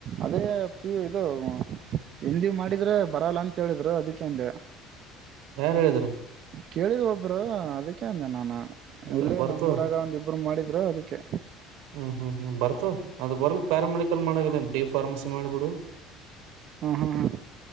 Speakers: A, on the right (about 35°); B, on the right (about 75°).
A: ಅದೇ ಪ ಇದು ಹಿಂದಿ ಮಾಡಿದ್ರೆ ಬರಲ್ಲ ಅಂತ ಹೇಳಿದ್ರು ಅದಕ್ಕೆ ಅಂದೇ
B: ಯಾರ ಹೇಳಿದರು
A: ಕೇಳಿದ್ ಒಬ್ಬರು ಅದಕ್ಕೆ ಅಂದೇ ನಾನು
B: ಇಲ್ಲ
A: ಇಲ್ಲಿ
B: ಬರ್ತದ
A: ನಮ್ಮ್ ಊರಾಗ ಒಂದು ಒಬ್ರು ಮಾಡಿದ್ರು ಅದಕ್ಕೆ
B: ಹ್ಮ್ ಹ್ಮ್ ಹ್ಮ್ ಬರ್ತದ ಅದು ಬರ್ಲಕ್ ಪ್ಯಾರಾಮೆಡಿಕಲ್ ಮಾಡಿದೇ ಡಿ ಫಾರ್ಮಸಿ ಮಾಡ್ಬಿಡು
A: ಹಾ ಹಾ ಹಾ